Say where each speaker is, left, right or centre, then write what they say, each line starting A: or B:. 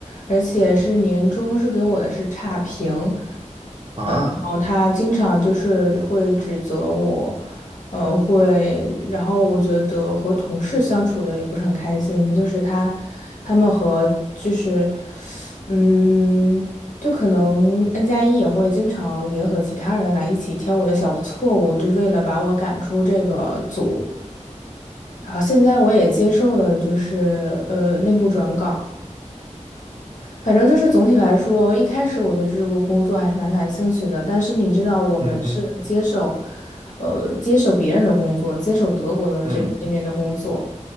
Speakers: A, on the left (about 80°); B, on the right (about 50°).
A: 而且是年终是给我的是差评。
B: 啊，
A: 然后他经常就是会指责我，呃，会，然后我觉得和同事相处的也不是很开心，就是他，他们和就是，嗯，就可能 N 加一也会经常联合其他人来一起挑我的小错误，就是为了把我赶出这个组。然后现在我也接受了，就是呃内部转岗。反正就是总体来说，一开始我对这个工作还是蛮感兴趣的，但是你知道，我们是接手，
B: 嗯哼，
A: 呃，接手别人的工作，接手德国的这那边的工作，
B: 嗯